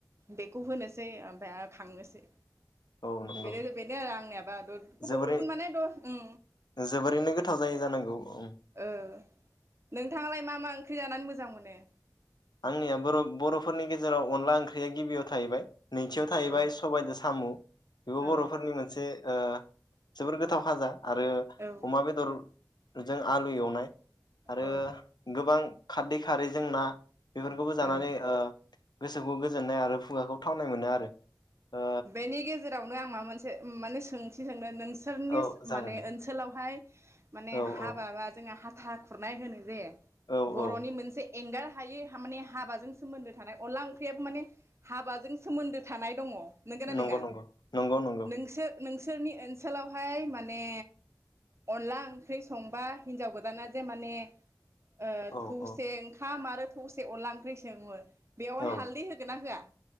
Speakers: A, on the right (about 40°); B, on the left (about 75°).
A: बेखौ होनोसै ओमफ्राय खांनोसै।
B: औ नंगौ
A: बेनो बेनो आरो आंनियाबा गुबुन
B: जोबोरै
A: गुबुन माने द उम
B: जोबोरैनो गोथाव जायो जानांगौं।
A: ओ नोंथाङालाय मा मा ओंख्रै जानानै मोजां मोजां मोनो?
B: आंनिया बर' बर'फोरनि गेजेराव अनला ओंख्रिया गिबियाव थाहैबाय। नैथियाव थाहैबाय
A: औ
B: सबायदो साम' बेबो
A: औ
B: बर'फोरनि मोनसे ओ जोबोर गोथाव खाजा। आरो
A: औ
B: अमा बेदर रोजा आलु एवनाय आरो
A: औ
B: गोबां खारदै खारै जों ना बेफोरखौबो जानानै
A: औ
B: ओ गोसोखौ गोजोननाय आरो खुगाखौ थावनाय मोनो आरो। ओ
A: बेनि गेजेरावनो आं माबा मोनसे माने सोंथि सोंदों नोंस फोरनिस
B: औ जागोन
A: माने
B: दे
A: ओनसोलावहा द माने
B: औ
A: हाबा
B: औ
A: बा जोंहा हा था खुरनाय होनो जे
B: औ
A: बर'नि
B: औ
A: मोनसे एंगार हायै माने हाबाजों सोमोन्दो थानाय अनला ओंख्रियाबो माने हाबाजों सोमोन्दो थानाय दङ नोंगोना
B: नंगौ
A: नोङा
B: नंगौ नंगौ नंगौ
A: नोंसोर नोंस सोरनि ओनसोलावहाय माने अनला ओंख्रि संबा हिनजाव गोदाना जे माने ओ
B: औ
A: थौसे
B: औ
A: ओंखाम आरो थोसे अनला ओंख्रि सेङोमोन बेवहाय
B: औ
A: हालदै होगोन ना होआ